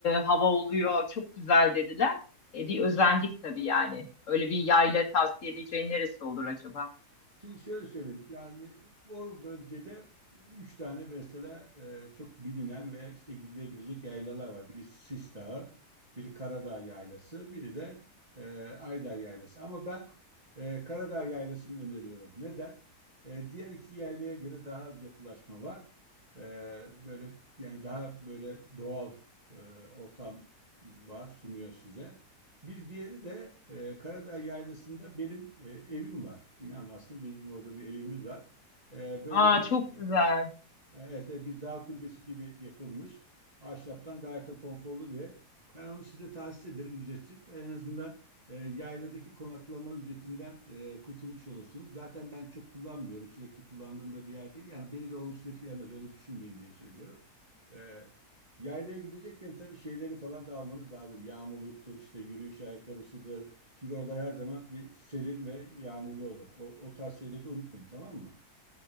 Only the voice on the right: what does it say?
Şimdi şöyle söyleyeyim. Yani o bölgede üç tane mesela e, çok bilinen ve işte gidilebilecek yaylalar var. Biri Sis Dağı, biri Karadağ Yaylası, biri de e, Ayder Yaylası. Ama ben e, Karadağ Yaylası'nı öneriyorum. Neden? E, diğer iki yaylaya göre daha az yapılaşma var. E, böyle yani daha böyle doğal e, ortam var sunuyor size. Bir diğeri de e, Karadağ Yaylası'nda benim e, evim var. İnanmazsın bizim orada bir evimiz var. E, böyle
bir
e,
Evet, evet, bir dağ kulübesi gibi yapılmış. Ahşaptan gayet de konforlu bir ev. Ben onu size tahsis ederim ücretsiz. En azından e, yayladaki konaklama ücretinden e, kurtulmuş olursunuz. Zaten ben çok kullanmıyorum. Sürekli kullandığım da bir yer değil. Yani beni de olumsuz etkilemez. Öyle düşünmeyin diye söylüyorum. E, yaylaya gidecekken tabii şeyleri falan da almanız lazım. Yağmurluktur, işte yürüyüş ayakkabısıdır. Çünkü oralar her zaman bir serin ve yağmurlu olur. O, o tarz şeyleri de unutmayın, tamam mı?